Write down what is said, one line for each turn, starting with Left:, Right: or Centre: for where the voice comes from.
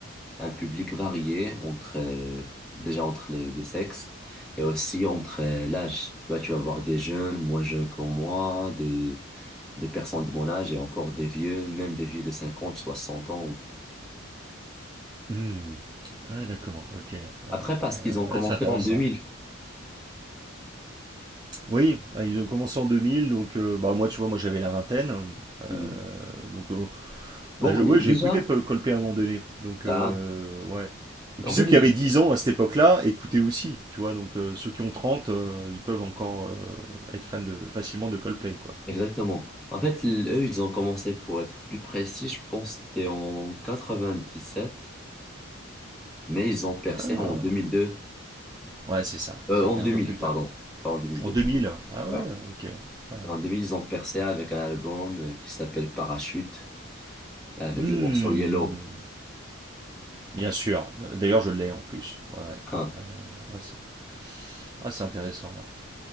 Centre: un public varié entre euh, déjà entre les deux sexes et aussi entre euh, l'âge. Tu vois, tu vas voir des jeunes, moins jeunes que moi, des des personnes de mon âge et encore des vieux, même des vieux de 50, 60 ans.
Right: Hmm. Ouais, d'accord, ok.
Centre: Après,
Right: Ouais,
Centre: parce qu'ils ont commencé
Right: Ouais, c'est intéressant.
Centre: en 2000.
Right: Oui, bah, ils ont commencé en 2000, donc euh, bah, moi, tu vois, moi j'avais la vingtaine. hein,
Centre: Mm.
Right: euh, donc, euh,
Centre: Bon,
Right: bah, je- ouais,
Centre: et déjà,
Right: j'ai écouté Paul Coldplay à un moment donné. Donc,
Centre: ah,
Right: euh, ouais. Et puis
Centre: en fait,
Right: ceux
Centre: ils-
Right: qui avaient 10 ans à cette époque-là, écoutaient aussi, tu vois. Donc, euh, ceux qui ont 30 euh, ils peuvent encore euh, être fans de, facilement de Coldplay, quoi.
Centre: exactement. En fait, l- eux, ils ont commencé, pour être plus précis, je pense que c'était en 97, mais ils ont percé
Right: Ah,
Centre: en 2002.
Right: ouais, c'est ça.
Centre: Euh,
Right: C'était
Centre: en 2000,
Right: un peu plus
Centre: pardon.
Right: tard.
Centre: Pas en 2002.
Right: En 2000. Ah
Centre: Ouais.
Right: ouais, ok. Ouais.
Centre: En 2000, ils ont percé avec un album euh, qui s'appelle Parachute, et avec
Right: Hmm,
Centre: le morceau Yellow.
Right: bien sûr. D'ailleurs, je l'ai en plus. Ouais, ouais,
Centre: Hein.
Right: ouais, c'est... Ah, c'est intéressant. ouais.